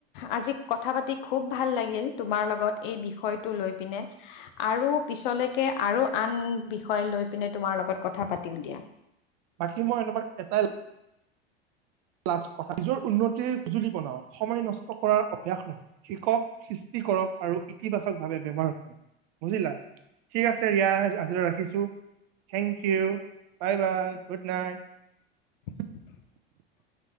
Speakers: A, on the left; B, on the right.
A: আজি কথা পাতি খুব ভাল লাগিল তোমাৰ লগত এই বিষয়টো লৈ পিনে আৰু পিছলেকে আৰু আন বিষয় লৈ পিনে তোমাৰ লগত কথা পাতিম দিয়া।
B: বাকী মই এনেবা এটাই লাষ্ট কথা। নিজৰ উন্নতিৰ সঁজুলি বনাওক সময় নষ্ট কৰাৰ অভ্যাস নহয়, শিক্ষক কৰক আৰু ইতিবাচক ভাৱে ব্যৱহাৰ কৰক বুজিলা। ঠিক আছে ৰিয়া আজিলৈ ৰাখিছোঁ। Thank you bye bye good night
A: <inaudible>